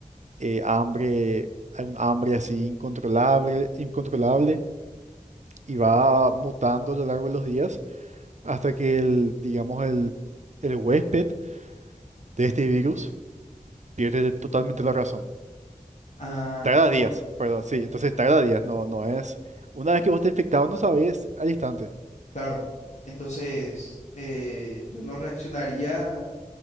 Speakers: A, on the right (about 55°); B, on the left (about 55°).
A: eh, hambre, hay un hambre así incontrolable, incontrolable y va mutando a lo largo de los días hasta que el, digamos, el, el huésped de este virus pierde totalmente la razón.
B: Ah,
A: Tarda
B: ¿cómo?
A: días,
B: re-
A: perdón, sí, entonces tarda días, no, no es. Una vez que vos te infectado, no sabés al instante.
B: Claro. Entonces, eh, yo no reaccionaría.